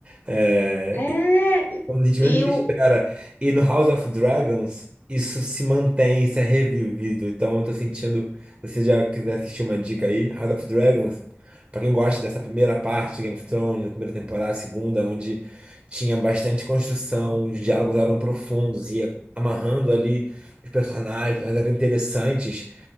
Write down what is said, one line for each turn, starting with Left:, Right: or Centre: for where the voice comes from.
Right: É,
Left: É,
Right: Quando a gente
Left: e
Right: menos
Left: e
Right: espera.
Left: o.
Right: E no House of Dragons, isso se mantém, isso é revivido. Então eu tô sentindo. Se você já quiser assistir uma dica aí, House of Dragons, pra quem gosta dessa primeira parte, Game of Thrones, da primeira temporada, a segunda, onde tinha bastante construção, os diálogos eram profundos, ia amarrando ali os personagens, mas eram interessantes.